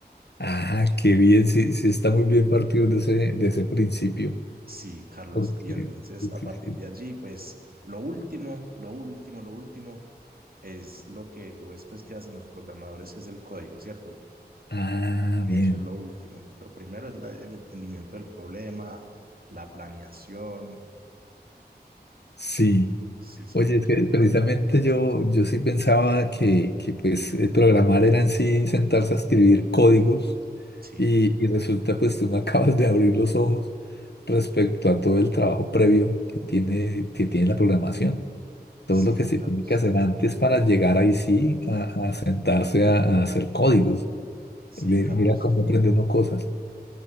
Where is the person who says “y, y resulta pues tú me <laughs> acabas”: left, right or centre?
Left